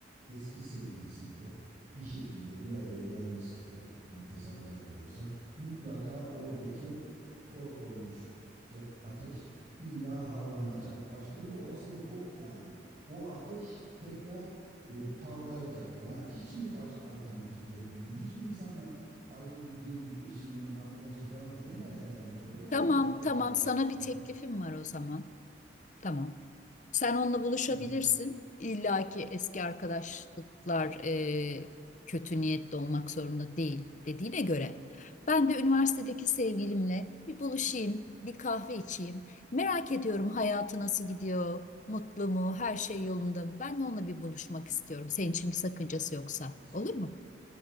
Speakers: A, on the right; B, on the left.
A: eski sevgilisiyle bir şekilde bir araya gelmişse yani tesadüfen de olsa mutlaka oradaki kor olmuş şey ateş illa harlanacak. Başka bir olasılık yok yani. O ateş tekrar e, parlayacak. Ya hiç mi başka alternatifi yok bunun ya? Hiç mi insanlar ayrıldığı bir şeyinden arkadaşla devam edemezler mi ya? Bu kadar
B: Tamam,
A: mı dar kafalısın
B: tamam. Sana
A: sen
B: bir teklifim
A: ya?
B: var o zaman. Tamam. Sen onunla buluşabilirsin.
A: Evet.
B: İlla ki eski arkadaşlıklar e, kötü niyetli olmak zorunda değil dediğine göre. Ben de üniversitedeki sevgilimle bir buluşayım, bir kahve içeyim. Merak ediyorum hayatı nasıl gidiyor, mutlu mu, her şey yolunda mı? Ben de onunla bir buluşmak istiyorum. Senin için bir sakıncası yoksa.
A: Maalesef.
B: Olur mu?